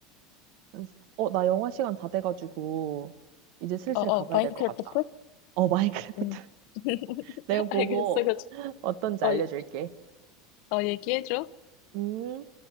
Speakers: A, on the right; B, on the left.
A: <laughs> 어, 나 영화 시간 다 돼가지고 이제 슬슬
B: 어, 어,
A: 가봐야
B: 마인크래프트?
A: 될 것 같다. 어, 마이크래프트.
B: 응.
A: <laughs>
B: <laughs>
A: 내가 보고
B: 알겠어, 그거 좀-
A: 어떤지
B: 어,
A: 알려줄게.
B: 예- 어, 얘기해줘.
A: 음.